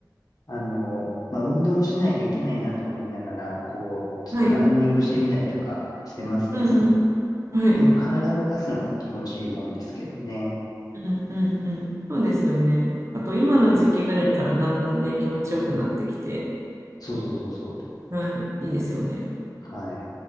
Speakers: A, on the left (about 55°); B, on the right (about 40°).
A: あの、まあ、運動もしないといけないなと思いながら、こう、ちょっとランニングしてみたりとかしてますけど、
B: はい。うんうん。はい。
A: でも体動かすのも気持ちいいもんですけどね。
B: うんうんうん。そうですよね。あと今の時期ぐらいからだんだんね、
A: うん
B: 気持ちよくなってきて、
A: そうそうそうそう。
B: はい。いいですよね。
A: はい。